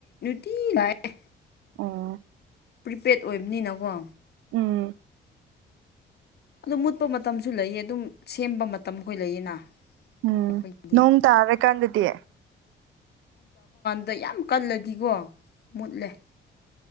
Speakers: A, on the left (about 55°); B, on the right (about 85°).
A: ꯇꯤ ꯂꯥꯛꯑꯦ
B: ꯑꯣ
A: ꯄ꯭ꯔꯤꯄꯦꯗ ꯑꯣꯏꯕꯅꯤꯅꯀꯣ
B: ꯎꯝ
A: ꯑꯗꯨ ꯃꯨꯠꯄ ꯃꯇꯝꯁꯨ ꯂꯩꯌꯦ ꯑꯗꯨꯝ ꯁꯦꯝꯕ ꯃꯇꯝꯈꯣꯏ ꯂꯩꯌꯦꯅ
B: ꯎꯝ
A: ꯑꯩꯈꯣꯏꯒꯤ
B: ꯅꯣꯡ ꯇꯥꯔꯀꯥꯟꯗꯗꯤ
A: ꯗ ꯌꯥꯝ ꯀꯜꯂꯗꯤꯀꯣ ꯃꯨꯠꯂꯦ